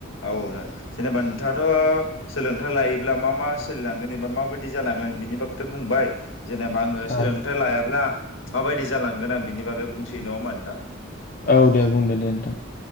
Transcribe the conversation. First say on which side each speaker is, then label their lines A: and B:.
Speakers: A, on the left; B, on the left.
A: औ जेनेबा नोंथाङाथ' सोलोंथाइ लायोब्ला मा मा सोलिलांगोन एबा माबायदि जालां बिनि बखगैथ' बुंबाय। जेनेबा आं सोलोंथाइ
B: औ
A: लायाब्ला माबायदि जालांगोन बिनि बागै बुंलांनोसै नङा होनबा नोंथां
B: औ दे बुंदो दे नोंथां